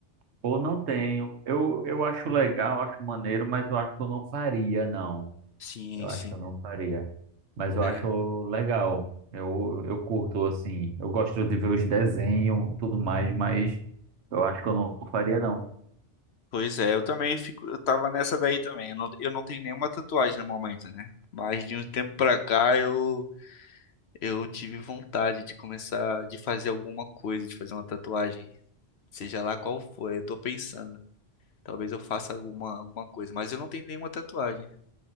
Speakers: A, on the right (about 75°); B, on the left (about 65°).
A: pô, não tenho. Eu, eu acho legal, acho maneiro, mas eu acho que eu não faria, não.
B: Sim,
A: Eu acho
B: sim.
A: que eu não faria. Mas eu
B: É.
A: acho legal. Eu, eu curto, assim. Eu gosto de ver os desenhos, tudo mais, mas eu acho que eu não faria, não.
B: Pois é, eu também fico, eu tava nessa daí também. Eu não, eu não tenho nenhuma tatuagem no momento, né? Mas de um tempo pra cá eu eu tive vontade de começar de fazer alguma coisa, de fazer uma tatuagem, seja lá qual for. Eu tô pensando, talvez eu faça alguma alguma coisa, mas eu não tenho nenhuma tatuagem.